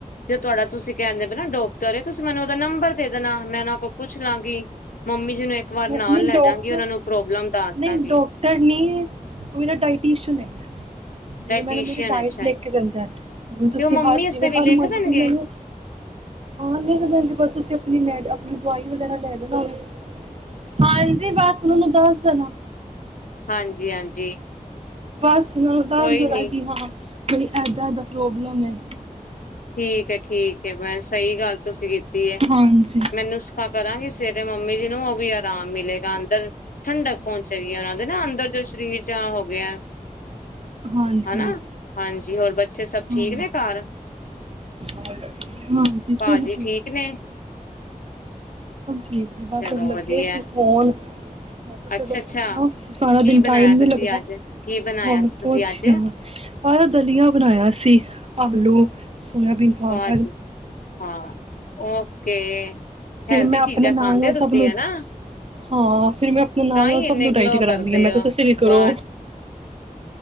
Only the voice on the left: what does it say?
ਜੇ ਤੁਹਾਡਾ ਤੁਸੀਂ ਕਹਿੰਦੇ ਵੀ ਨਾ ਡਾਕਟਰ ਹੈ ਨਾ ਤੁਸੀਂ ਮੈਨੂੰ ਉਹਦਾ ਨੰਬਰ ਦੇ ਦੇਣਾ ਮੈਂ ਉਹ ਕੋਲ ਪੁੱਛ ਲਾਂਗੀ ਮੰਮੀ। ਜਿਹਨੂੰ ਇੱਕ ਵਾਰ
ਨਾਲ ਲੈਜਾਗੀ
ਉਹਨਾਂ ਨੂੰ ਪ੍ਰੋਬਲਮ ਦੱਸ
ਦਾਗੀ।
ਡਾਇਟੀਸ਼ੀਅਨ
ਏ ਅੱਛਾ
ਤੇ ਉਹ ਮੰਮੀ
ਅਸੇ
ਵੀ
ਲਿਖ ਦੇਣਗੇ
ਹਾਂਜੀ ਹਾਂਜੀ।
ਕੋਈ
ਨੀ
ਠੀਕ ਹੈ ਠੀਕ ਹੈ ਮੈਂ ਸਹੀ ਗੱਲ ਤੁਸੀਂ ਕੀਤੀ।
<unintelligible> ਕਰਾਂਗੀ ਸਵੇਰੇ ਮੰਮੀ ਜੀ ਨੂੰ ਉਹ ਵੀ ਆਰਾਮ ਮਿਲੇਗਾ ਅੰਦਰ ਠੰਡਕ ਪਹੁੰਚੇਗੀ ਉਹਨਾਂ ਨੂੰ ਉਹਦੇ ਨਾ ਅੰਦਰ ਜੋ ਸਰੀਰ ਚ ਹੋ ਗਿਆ
ਹਨਾ, ਹਾਂਜੀ। ਹੋਰ ਬੱਚੇ ਸਭ ਠੀਕ
ਨੇ ਘਰ?
ਭਾਜੀ ਠੀਕ ਨੇ
ਚਲੋ
ਵਧੀਆ
ਅੱਛਾ
ਅੱਛਾ
ਕੀ
ਬਣਾਇਆ
ਤੁਸੀਂ
ਅੱਜ ਕੀ ਬਣਾਇਆ
ਸੀ ਤੁਸੀਂ
ਅੱਜ
ਜੀ, ਹਾਂ, ਓਕੇ।
ਹੈਲਦੀ,
ਚੀਜ਼ਾਂ
ਖਾਂਦੇ
ਹੋ,
ਤੁਸੀਂ
ਹਨਾ।
ਤਾਂ ਹੀ
ਇੰਨੇ
ਗਲੋ
ਕਰਦੇ
ਹੋ
ਵਾਹ ਜੀ